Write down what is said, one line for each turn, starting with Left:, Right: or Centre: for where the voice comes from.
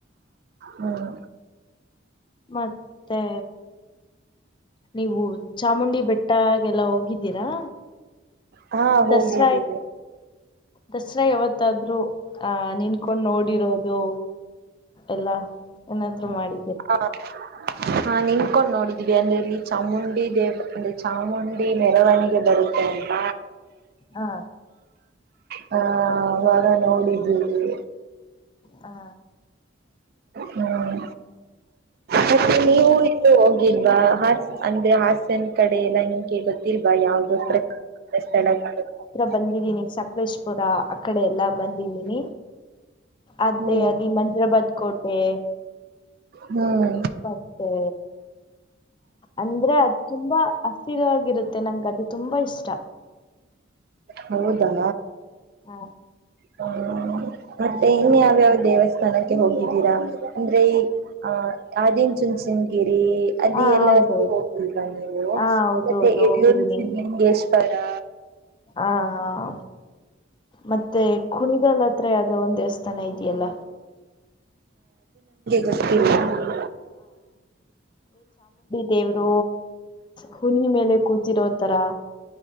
Right: ಹ್ಮ್
Left: ಮತ್ತೆ ನೀವು ಚಾಮುಂಡಿ ಬೆಟ್ಟಾಗೆಲ್ಲ ಹೋಗಿದ್ದೀರಾ
Right: ಹಾ ಹೋಗಿದಿವಿ
Left: ದಸರಾ ದಸರಾ ಯಾವತ್ತಾದ್ರು ಆ ನಿನ್ಕೊಂಡ್ ನೋಡಿರೋದು ಎಲ್ಲ ಏನದ್ರ ಮಾಡಿ
Right: ಹ ಹಾ ನಿನ್ಕೊಂಡ್ ನೋಡಿದೀವಿ ಅಂದ್ರೆ ಇಲ್ಲಿ ಚಾಮುಂಡಿ ದೇವ ಅಂದ್ರೆ ಚಾಮುಂಡಿ ಮೆರವಣಿಗೆ ಬರುತ್ತೆ ಅಲ್ವ
Left: ಹಾ
Right: ಹ ಅವಾಗ ನೋಡಿದ್ದೀವಿ
Left: ಹಾ
Right: ಹ್ಮ್ ಮತ್ತೆ ನೀವು ಎಲ್ಲೂ ಹೋಗಿಲ್ವ <unintelligible> ಹ ಅಂದ್ರೆ ಹಾಸನ ಕಡೆ ಎಲ್ಲ ನಿಂಗೆ ಗೊತ್ತಿಲ್ಲ <unintelligible> ಯಾವವುದೋ <unintelligible>
Left: ಬಂದಿದೀನಿ ಸಕಲೇಶಪುರ ಆ ಕಡೆ ಎಲ್ಲ ಬಂದಿದ್ದೀನಿ ಅದೇ
Right: ಹ್ಮ್
Left: ಅಲ್ಲಿ ಮಜರಾ ಬತ್ <unintelligible> ಕೋಟೆ
Right: ಹ್ಮ್
Left: ಮತ್ತೆ ಅಂದ್ರೆ ಅದು ತುಂಬಾ ಅಸ್ರವಾಗಿರುತ್ತೆ ನಂಗ ಅದು ತುಂಬ ಇಷ್ಟ
Right: ಹೌದಾ
Left: ಹ್ಮ
Right: ಹ್ಮ್ ಮತ್ತೆ ಇನ್ ಯಾವ್ಯಾವ ದೇವಸ್ಥಾನಕ್ಕೆ ಹೋಗಿದ್ದೀರಾ ಅಂದ್ರೆ ಈ ಆಹ <unintelligible> ಆದಿಚುಂಚನಗಿರಿ ಅಲ್ಲಿ
Left: ಹಾ
Right: ಎಲ್ಲಕ್ಕೂ
Left: ಹೌದೌದು
Right: ಹೋಗಿಲ್ವ ನೀವು
Left: ಹಾ ಹೌದೌದು
Right: ಮತ್ತೆ ಯಡಿಯೂರು
Left: ಹೋಗಿದ್ದೀನಿ
Right: ಸಿದ್ದಲಿಂಗೇಶ್ವರ ಸರ
Left: ಹಾ ಹಾ ಮತ್ತೆ ಕುಣಿಗಲ್ ಹತ್ರ ಯಾವ್ದೋ ಒಂದ್ ದೇವಸ್ಥಾನ ಇದೆಯಲ್ಲ
Right: ಜಸ್ತಿಲ್ಲ <unintelligible>
Left: ದೇವ್ರೂ ಹುನಿ ಮೇಲೆ ಕೂತಿರೋ ತರ